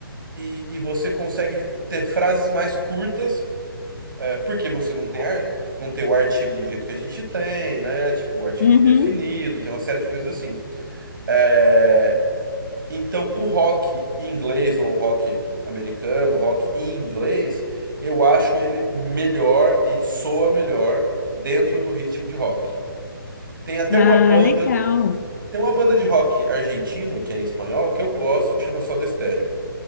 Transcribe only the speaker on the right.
e, e você consegue ter frases mais curtas, é, porque você não tem, ar- não tem o artigo do jeito que a gente tem, né? Tipo, o artigo
é indefinido, tem uma série de coisas assim. É, Então, o rock em inglês ou o rock americano, o rock em inglês, eu acho ele melhor e soa melhor dentro do ritmo de rock. Tem até
uma banda,
tem uma banda de rock argentino, que é em espanhol, que eu gosto, que chama Soda Stereo.